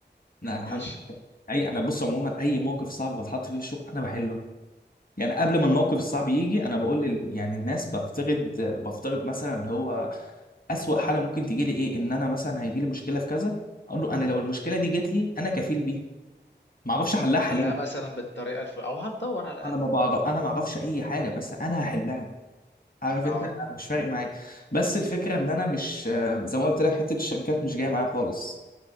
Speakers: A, on the left (about 50°); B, on the left (about 70°).
A: لا
B: مم،
A: الحمد
B: ماشي
A: لله اي انا بص عموما اي موقف صعب بتحط فيه الشغل انا بحله يعني قبل ما الموقف الصعب يجي انا بقول لل... يعني الناس بفترض بفترض مثلا اللي هو اسوأ حاله ممكن تيجي لي ايه ان انا مثلا هيجي لي مشكله في كذا اقول له انا لو المشكله دي جت لي انا كفيل بيها ما اعرفش احلها
B: هتحلها
A: حاليا
B: مثلا بالطريقه الفل او هتدور على الاقل
A: انا ما بعرف انا ما اعرفش اي حاجه بس انا هحلها عارف
B: اه
A: انت انا مش فارق معايا بس الفكره ان انا مش آه، زي ما قلت لك حته الشركات مش جايه معايا خالص